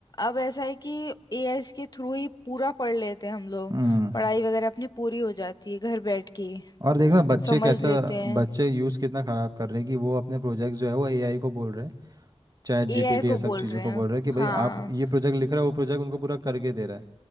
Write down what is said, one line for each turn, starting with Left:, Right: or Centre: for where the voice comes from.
Left: अब ऐसा है कि एआई के थ्रू ही पूरा पढ़ लेते हैं हम लोग
Right: हम्म
Left: पढ़ाई वगैरह अपनी पूरी हो जाती है घर बैठ के
Right: और देखना बच्चे
Left: समझ
Right: कैसा
Left: लेते हैं
Right: बच्चे यूज़ कितना ख़राब कर रहे हैं कि वो अपने प्रोजेक्ट जो है वो एआई को बोल रहे हैं चैट जीपीटी
Left: एआई को
Right: ये सब
Left: बोल
Right: चीज़ों
Left: रहे
Right: को
Left: हैं
Right: बोल रहे हैं कि भाई
Left: हाँ
Right: आप ये प्रोजेक्ट लिख रहे हो वो प्रोजेक्ट उनको पूरा करके दे रहा है